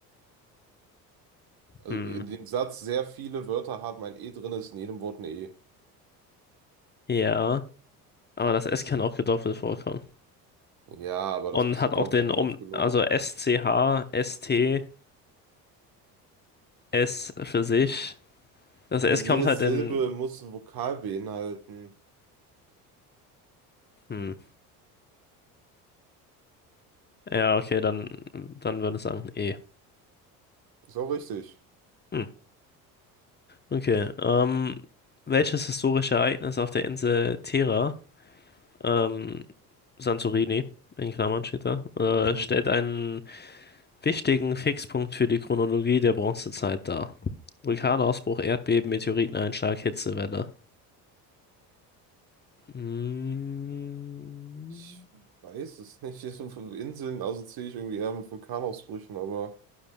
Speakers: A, on the right; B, on the left.
A: Also
B: Hm,
A: in dem Satz, sehr viele Wörter haben ein E drin, ist in jedem Wort ein E.
B: ja. Aber das S kann auch gedoppelt vorkommen.
A: Ja, aber
B: Und
A: das passiert,
B: hat auch
A: glaube
B: den
A: ich, nicht
B: Um,
A: oft genug.
B: also S-C-H, S-T, S T, S für sich. Das
A: Aber
B: S
A: jede
B: kommt halt
A: Silbe
B: in.
A: muss ein Vokal beinhalten.
B: Hm. Ja, okay, dann, dann würde ich sagen E.
A: Ist auch richtig.
B: Hm, okay. Ähm, welches historische Ereignis auf der Insel Terra, ähm, Santorini, in Klammern steht da, äh,
A: Mhm.
B: stellt einen wichtigen Fixpunkt für die Chronologie der Bronzezeit dar? Vulkanausbruch, Erdbeben, Meteoriteneinschlag, Hitzewelle. Hm,
A: Ich weiß es nicht. <laughs> Hier sind fünf Inseln assoziiere ich irgendwie eher mit Vulkanausbrüchen, aber